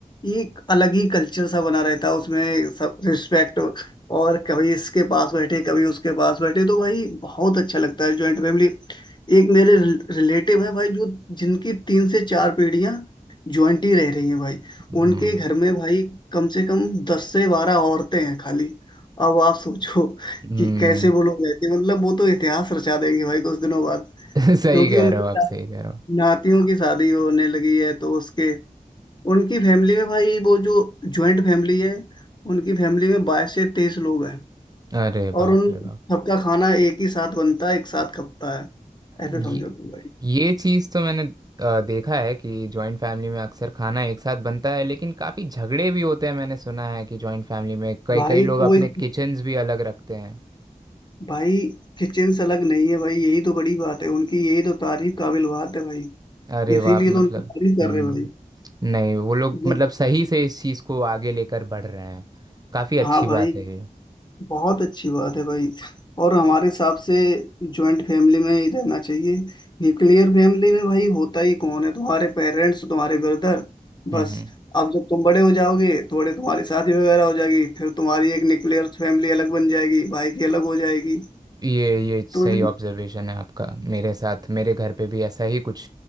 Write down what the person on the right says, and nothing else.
हम्म
हम्म
<laughs> सही
कह
रहे हो
आप सही कह रहे हो
अरे बाप
रे
बाप
ये चीज़ तो मैंने अ, देखा है कि जॉइंट फैमिली में अक्सर खाना एक साथ बनता है लेकिन काफ़ी झगड़े भी होते हैं मैंने सुना है कि जॉइंट फैमिली में कई
कई लोग
अपने किचन्स भी अलग रखते हैं
अरे
वाह मतलब
हम्म
नहीं वो लोग
मतलब सही से इस चीज़ को आगे लेकर बढ़ रहे हैं काफ़ी अच्छी
बात है ये
हम्म
हम्म
ये ये सही
ऑब्जर्वेशन है आपका मेरे साथ मेरे घर पे भी ऐसा ही कुछ